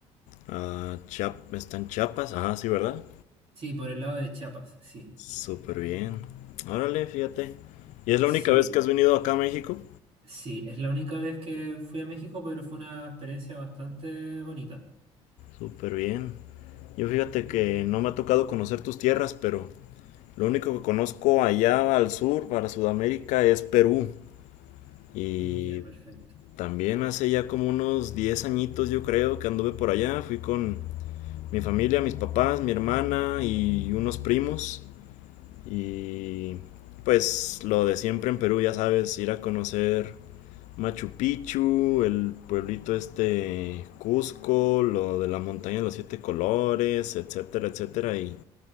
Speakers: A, on the left; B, on the right.
A: Ah, Chiap- ¿Está en Chiapas? Ah, sí, ¿verdad?
B: Sí, por el lado de Chiapas, sí.
A: Súper bien. Órale, fíjate. ¿Y es la
B: Sí,
A: única vez que has venido acá a México?
B: sí. Es la única vez que fui a México, pero fue una experiencia bastante bonita.
A: Súper bien. Yo fíjate que no me ha tocado conocer tus tierras, pero lo único que conozco allá al sur, para Sudamérica, es Perú. Y
B: Ya, perfecto.
A: también hace ya como unos 10 añitos yo creo que anduve por allá. Fui con mi familia, mis papás, mi hermana y unos primos. Y pues lo de siempre en Perú, ya sabes, ir a conocer Machu Picchu, el pueblito este Cusco, lo de la montaña de los siete colores, etcétera, etcétera. Y